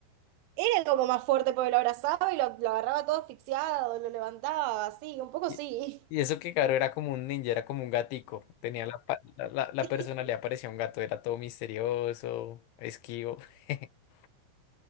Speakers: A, on the right (about 85°); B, on the left (about 85°).
A: Era como más fuerte porque lo abrazaba y lo, lo agarraba todo asfixiado, lo levantaba, así, un poco
B: Y,
A: sí.
B: y eso que Garú era como un ninja, era como un gatico, tenía la, pa- la, la- la
A: <laughs>
B: personalidad parecía un gato, era todo misterioso, esquivo. <laughs>